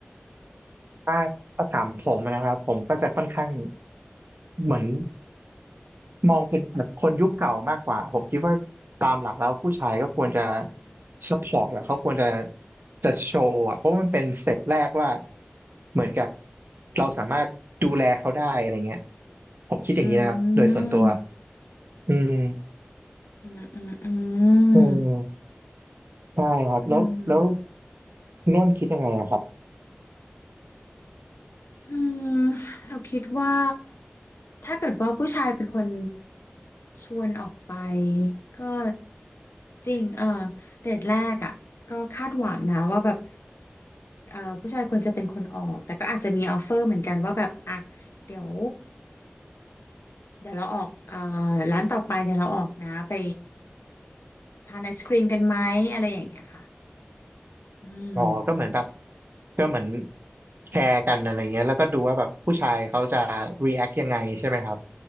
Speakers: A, on the right; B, on the left.
A: ใช่ถ้าถามผมนะครับผมก็จะค่อนข้างเหมือนมองเป็นแบบคนยุคเก่ามากกว่าผมคิดว่าตามหลักแล้วผู้ชายก็ควรจะสปอร์ตอะเขาควรจะจะโชว์อะเพราะมันเป็นสเต็ปแรกว่าเหมือนกับเราสามารถดูแลเขาได้อะไรเงี้ยผมคิดอย่างนี้นะครับโดยส่วนตัว
B: อืม
A: อืม
B: อืมอืมอื
A: อืม
B: ม
A: ใช่ครับแล้วแล้ว
B: อืม
A: นนท์คิดยังไงอะครับ
B: อืมเราคิดว่าถ้าเกิดว่าผู้ชายเป็นคนชวนออกไปก็จริงเออเดทแรกอ่ะก็คาดหวังนะว่าแบบเอ่อผู้ชายควรจะเป็นคนออกแต่ก็อาจจะมีออฟเฟอร์เหมือนกันว่าแบบอ่ะเดี๋ยวเดี๋ยวเราออกเอ่อร้านต่อไปเดี๋ยวเราออกนะไปทานไอศครีมกันไหมอะไรอย่างเงี้ยค่ะอืม
A: อ๋อก็เหมือนแบบก็เหมือนแชร์กันอะไรเงี้ยแล้วก็ดูว่าแบบผู้ชายเขาจะ react ยังไงใช่ไหมครับ